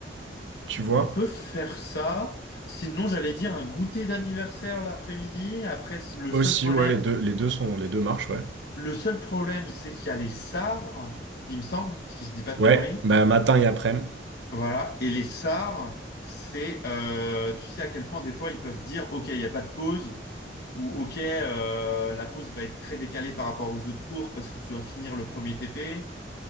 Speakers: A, on the right; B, on the left.
A: tu vois?
B: on peut faire ça. Sinon, j'allais dire un goûter d'anniversaire l'après-midi. Après, c- le
A: Aussi,
B: seul problème,
A: ouais, les deux, les deux sont, les deux marchent, ouais.
B: le seul problème, c'est qu'il y a les SAR, il me semble, si je dis pas de
A: Ouais,
B: conneries.
A: bah matin et après-midi.
B: Voilà. Et les SAR, c'est, euh, tu sais à quel point des fois ils peuvent dire, OK, il n'y a pas de pause, ou OK, euh, la pause va être très décalée par rapport aux autres cours parce que tu dois finir le premier TP.